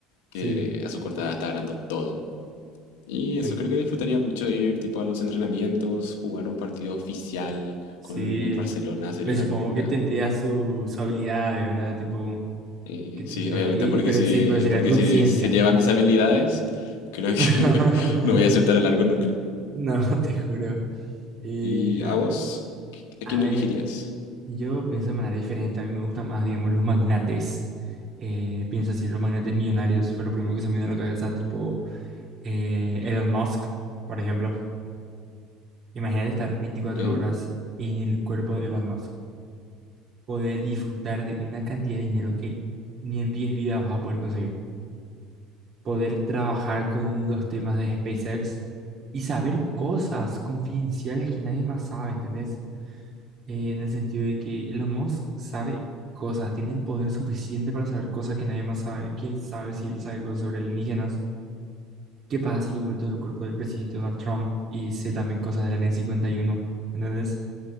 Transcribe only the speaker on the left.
que
a su corta edad está ganando todo. Y eso
creo que disfrutaría mucho de ir tipo a los entrenamientos, jugar un partido oficial
con el Barcelona sería
una
locura.
Eh,
sí, obviamente
porque
si,
porque
si se llevan mis habilidades, creo que
<laughs> no voy a aceptar el arco nunca.
¿Y
a vos?
¿Qui- ¿A
quién elegirías?
Ok,